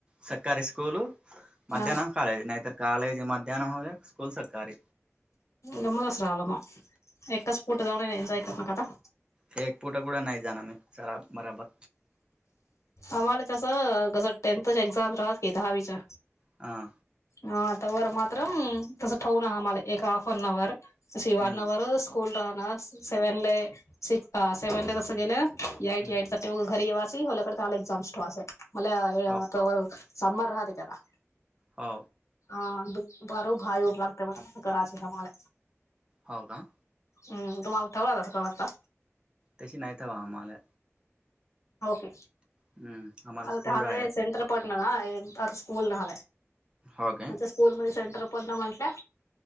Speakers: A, on the right; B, on the left.
A: सरकारी स्कूल मध्यान
B: हा
A: कालेज नाहीतर कलेज मध्याह्म हो्या स्कूल सकाी
B: गमद असरा आलामा एका स्पूट दव एजाय करणार कदा
A: हे एक फोटा गुडं नाही जाणार मी सरा बराबर
B: आम्हाला तसस टेंथच्या एक्झाम राहात की दहावीच्या
A: हां
B: हतावर मात्र तस ठेवूनमला एक हाफ एन आवर अशी
A: हम्म
B: वन अवर स्कूल राहणार सेव्हन सिक्स सेव्हन ला कसं गेलं याईट
A: हम्म
B: याईट तर तेग घरी येवाचंलल्याकडेंला एकक् जामस्ट्वास आहे मला
A: हो
B: अताळ समर राहते कता
A: हो
B: अ दुपर भई उठ लागते म कराची हमा
A: हो का.
B: हम् तुम्हाला ठेवलाच कळतला.
A: तशी नाहीतवा आम्हाला
B: के
A: हम्म आम्हाला
B: ह
A: स्कूल आहे
B: सेंटर पटणारला स्कूल ना.
A: हो काय
B: स्कूलमध्ये सेंटर पण न म्हटल्या.